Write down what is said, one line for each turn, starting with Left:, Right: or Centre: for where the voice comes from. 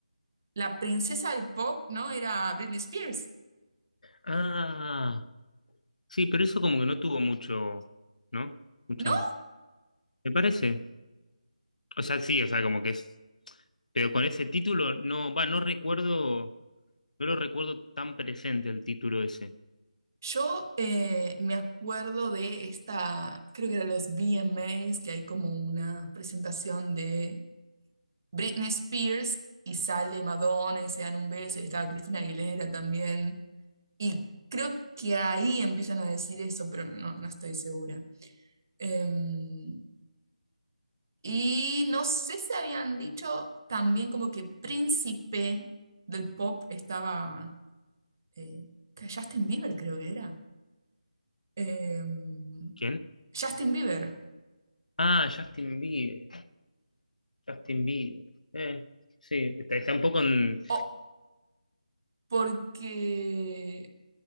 Right: la princesa del pop, ¿no? Era Britney Spears,
Left: Ah. Sí, pero eso como que no tuvo mucho, ¿no? Mucha,
Right: ¿no?
Left: me parece. O sea, sí, o sea, como que es, pero con ese título no, va, no recuerdo, no lo recuerdo tan presente el título ese.
Right: Yo eh, me acuerdo de esta, creo que eran los V m VMAs, que hay como una presentación de Britney Spears y sale Madonna y se dan un beso y estaba Cristina Aguilera también. Y creo que ahí empiezan a decir eso, pero no, no estoy segura. Em, y no sé si habían dicho también como que príncipe del pop estaba eh, que Justin Bieber, creo que era. Em,
Left: ¿Quién?
Right: Justin Bieber.
Left: Ah, Justin Bieber, Justin Bieber. Eh, sí, está, está un poco en
Right: Oh, porque